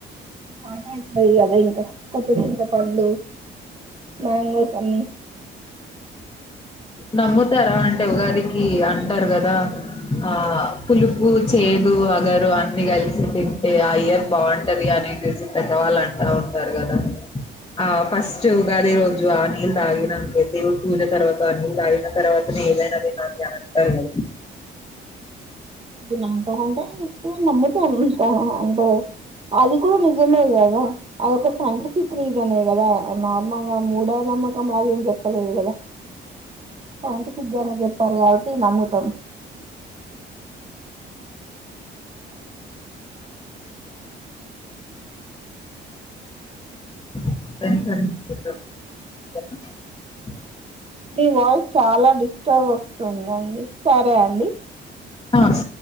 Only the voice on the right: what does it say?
పాట అవుతుంది కదా ఇంకా కొత్త చింతపండ్ళు మ్యాంగోస్ అన్నీ
ఉనా కంటే ఇ నమ్ముతం ఆ అంటె అది కూడా నిజమే కద అదిొక సైంటిఫిక్ రీజనే కదా నార్మల్గా మూడ నమ్మకం లాగ ఏం చెప్పలేదు కదా సైంటిఫిక్ గానే చెప్పారు కాబట్టి నమ్ముతం
మీ వాయిస్ చాలా డిస్టర్బ్ వస్తుందండి సరే అండి